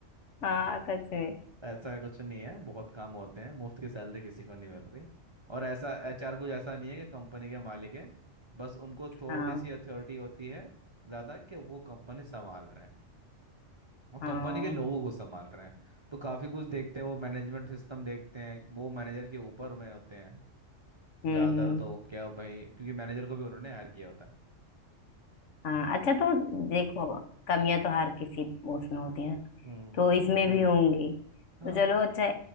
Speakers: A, on the left (about 65°); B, on the right (about 25°).
A: हाँ सच में
B: ऐसा कुछ नहीं है बहुत काम होते हैं मुफ्त की सैलरी किसी को नहीं मिल रही और ऐसा एचआर कुछ ऐसा नहीं है कि कंपनी के मालिक है बस उनको थोड़ी
A: हाँ
B: सी अथॉरिटी होती है ज़्यादा कि वो कंपनी संभाल रहे हैं और
A: हाँ
B: कंपनी के लोगों को संभाल रहे हैं तो काफी कुछ देखते हैं वो मैनेजमेंट सिस्टम देखते हैं वो मैनेजर के ऊपर में होते हैं
A: हम्म
B: ज्यादातर
A: हम्म
B: तो क्या भाई क्योंकि मैनेजर को भी उन्होंने हायर किया होता है
A: हाँ अच्छा तो देखो कमियां तो हर किसी उसमें होती है
B: हम्म
A: तो इसमें भी होंगी
B: हाँ
A: तो चलो अच्छा